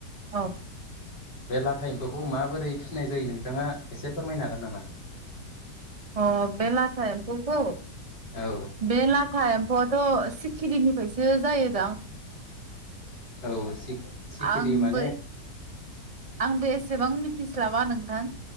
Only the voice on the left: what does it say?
बे लाथा एम्फौखौ माबोरै फिसिनाय जायो नोंथाङा एसे फोरमायनो हागोन नामा?
औ
औ सिखिरि
माने?